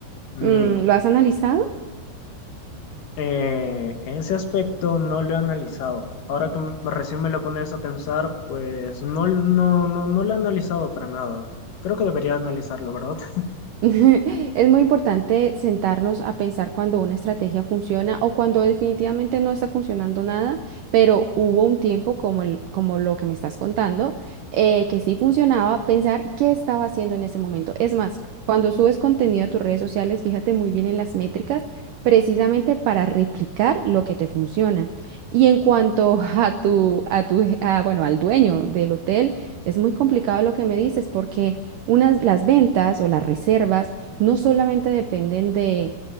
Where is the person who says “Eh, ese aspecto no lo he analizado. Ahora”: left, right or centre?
Left